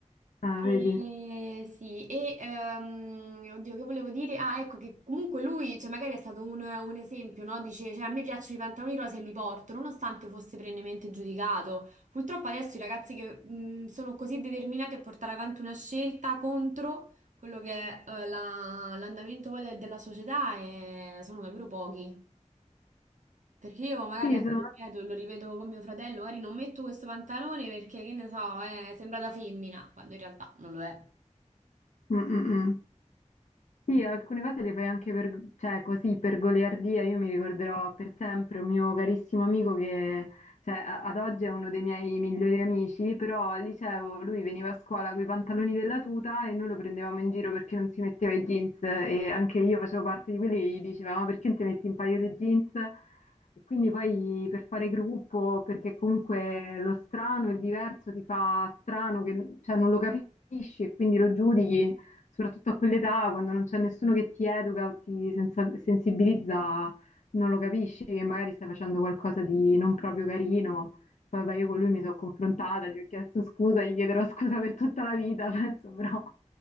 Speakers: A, on the left (about 70°); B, on the right (about 75°).
A: Ah,
B: E,
A: vedi.
B: sì, e ehm, oddio, che volevo dire? Ah, ecco che comunque lui, cioè, magari è stato un, un esempio, no? Dice, cioè, a me piacciono i pantaloni rosa e li porto, nonostante fosse perennemente giudicato. Purtroppo adesso i ragazzi che mh, sono così determinati a portare avanti una scelta contro quello che è eh, la- l'andamento poi de- della società eh, sono davvero pochi. Perché io magari
A: Sì,
B: ecco,
A: sono...
B: ti ripeto, lo rivedo con mio fratello, magari non metto questo pantalone perché, che ne so, eh, sembra da femmina, quando in realtà non lo è.
A: Mm, mm, mm. Sì, alcune cose le fai anche per, cioè, così per goliardia. Io mi ricorderò per sempre un mio carissimo amico che, cioè, a- ad oggi è uno dei miei migliori amici, però al liceo lui veniva a scuola con i pantaloni della tuta e noi lo prendevamo in giro perché non si metteva i jeans e anche io facevo parte di quelli che gli dicevamo "Ma perché non ti metti un paio di jeans? E quindi poi per fare gruppo, perché comunque lo strano, il diverso ti fa strano, che, cioè, non lo capisci e quindi lo giudichi soprattutto a quell'età, quando non c'è nessuno che ti educa o ti sensa- sensibilizza, non lo capisci che magari stai facendo qualcosa di non proprio carino. Poi vabbè, io con lui mi sono confrontata, gli ho chiesto scusa, gli chiederò <laughs> scusa per tutta la vita, penso, però